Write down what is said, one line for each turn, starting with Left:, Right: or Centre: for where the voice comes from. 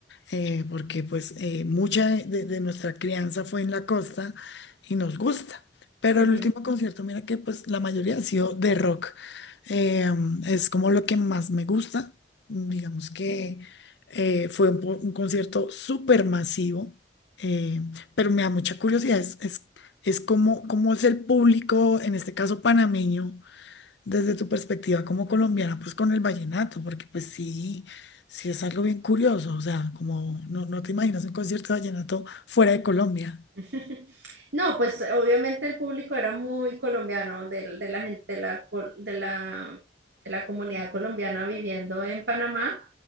Left: eh, porque pues eh, mucha de, de- de nuestra crianza fue en la costa y nos gusta. Pero
Right: Ujú.
Left: el último concierto, mira que pues la mayoría ha sido de rock. Eh, mm, es como lo que más me gusta. Mm, Digamos que eh, fue un, po- un concierto súper masivo, eh, pero me da mucha curiosidad. Es, es, es como, cómo es el público, en este caso panameño desde tu perspectiva como colombiana, pues con el vallenato, porque pues sí, sí es algo bien curioso, o sea, como no, no te imaginas un concierto de vallenato fuera de Colombia.
Right: <laughs> No, pues obviamente el público era muy colombiano, del de la gente, de la, col- de la, de la comunidad colombiana viviendo en Panamá.